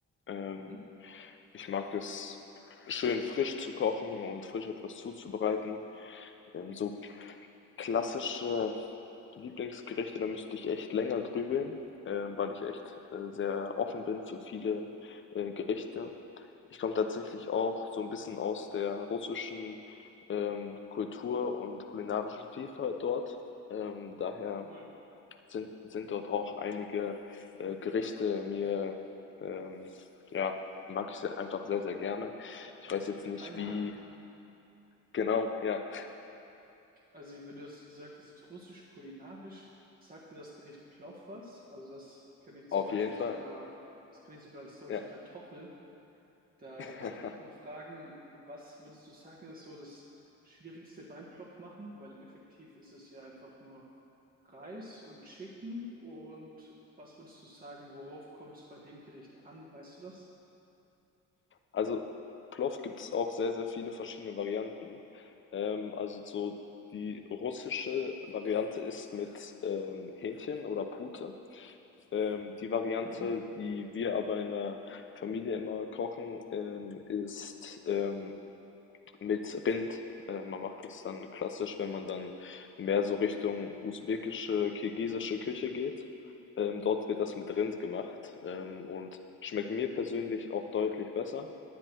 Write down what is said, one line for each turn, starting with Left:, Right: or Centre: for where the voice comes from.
Left: Ähm,
Right: Mhm.
Left: ich mag es schön frisch zu kochen und frisch etwas zuzubereiten. Ähm, so klassische Lieblingsgerichte, da müsste ich echt länger grübeln, ähm, weil ich echt äh, sehr offen bin für viele äh, Gerichte. Ich komme tatsächlich auch so ein bisschen aus der russischen ähm, Kultur und kulinarischen Vielfalt dort. Ähm, daher
Right: Ach cool.
Left: sind, sind dort auch einige äh, Gerichte mir, ähm, ja, mag ich sehr, einfach sehr, sehr gerne.
Right: Darf
Left: Ich
Right: ich da
Left: weiß
Right: mal
Left: jetzt
Right: direkt
Left: nicht
Right: einhaken?
Left: wie, genau, ja,
Right: Also, wenn du es gesagt hast, russisch kulinarisch, sagt dir das Gericht Plov was? Also, das kenne ich zum
Left: auf
Right: Beispiel
Left: jeden Fall,
Right: sogar, das kenne ich sogar als deutsche
Left: ja.
Right: Kartoffel. Da,
Left: <laughs>
Right: da wollte ich dich mal fragen, was würdest du sagen, ist so das Schwierigste beim Plov machen? Weil effektiv ist es ja einfach nur Reis und Chicken. Und was würdest du sagen, worauf kommt es bei dem Gericht an? Weißt du das?
Left: Also Plov gibt es auch sehr, sehr viele verschiedene Varianten. Ähm, also so die russische Variante ist mit ähm, Hähnchen oder Pute. Ähm, die Variante,
Right: Mhm.
Left: die wir aber in der Familie immer kochen, ähm, ist ähm, mit Rind. Äh, man macht das dann klassisch, wenn man dann mehr so Richtung usbekische, kirgisische Küche geht. Ähm, dort wird das mit Rind gemacht ähm, und schmeckt mir persönlich auch deutlich besser.